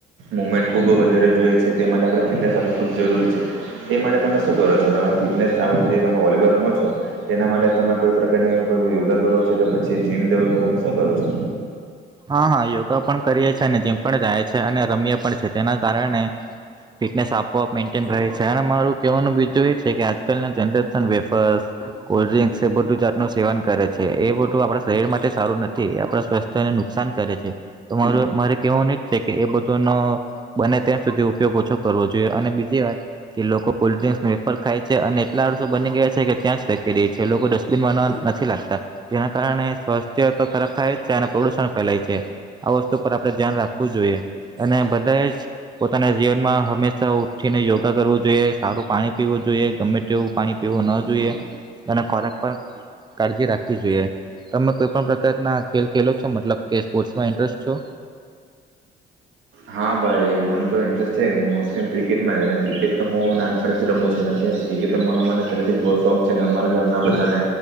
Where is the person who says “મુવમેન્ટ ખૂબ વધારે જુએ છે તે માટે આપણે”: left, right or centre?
Right